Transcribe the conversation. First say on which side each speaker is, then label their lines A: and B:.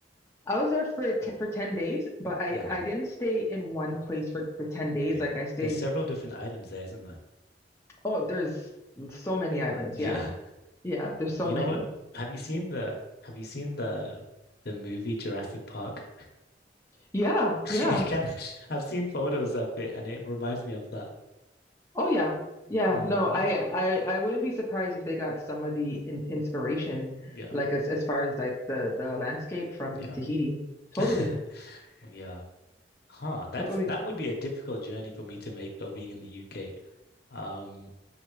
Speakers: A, on the left; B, on the left.
A: I was there for t for 10 days, but I
B: uh
A: I didn't stay in one place for for 10 days.
B: Yeah,
A: Like I stayed,
B: there's several different islands there, isn't there?
A: oh, there's so many islands.
B: <laughs>
A: Yeah.
B: Yeah.
A: Yeah, there's so
B: You
A: many.
B: know what? Have you seen the Have you seen the the movie Jurassic Park?
A: Yeah,
B: It
A: yeah.
B: can, <laughs> I've seen photos of it and it reminds me of that.
A: Oh yeah. Yeah.
B: Mm,
A: No, I I I wouldn't be surprised if they got some of the in inspiration
B: yeah,
A: like as as far as like the the landscape from
B: yeah,
A: Tahiti. Totally.
B: <laughs> yeah. Huh.
A: Totally.
B: That's that would be a difficult journey for me to make though, being in the UK. Um,